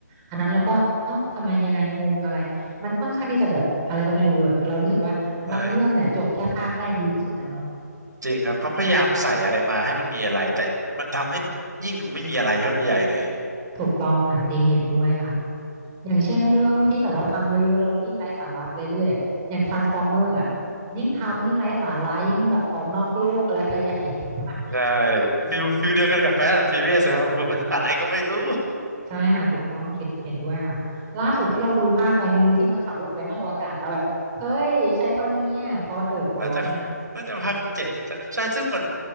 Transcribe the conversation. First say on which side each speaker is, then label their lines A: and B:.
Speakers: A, on the right; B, on the right.
A: อันนั้นแล้วก็เอ้าทำไมยังไงงงอะไรมันค่อนข้างที่จะแบบอะไรก็ไม่รู้อะเรารู้สึกว่าบางเรื่องเนี่ยจบแค่ภาคแรกดีที่สุดแล้วเนาะ
B: ใช่จริงครับเขาพยายามใส่อะไรมาให้มันมีอะไรแต่มันทำให้ยิ่งดูไม่มีอะไรเข้าไปใหญ่เลย
A: ถูกต้องค่ะจริงเห็นด้วยค่ะ อย่างเช่นเรื่องที่แบบว่าทำเยอะๆแล้วยิ่งไร้สาระไปเรื่อยๆอะอย่าง
B: อืม
A: Transformer อ่ะยิ่งทำยิ่งไร้สาระยิ่งแบบออกนอกโลกอะไรไปใหญ่
B: อ๋อ
A: <laughs> แบบว่า
B: ใช่
A: <laughs> อืม
B: ฟิลฟิลเดียวกันกับแฟ t ์แอนด์ฟิ r เรียสครับผม <laughs> อะไรก็ไม่รู้
A: ใช่ค่ะถูกต้องคิดเห็นด้วยค่ะล่าสุดที่เราดูภาคอะไรไม่รู้ที่มันขับรถออกไปนอกอวกาศแล้วแบบเฮ้ยใช่ปะเนี่ยพอเถอะขอร้องอ่ะ
B: ใช่ น่าจะ <laughs> น่าจะภาคเจ็ดใช่ใช่ซึ่งมัน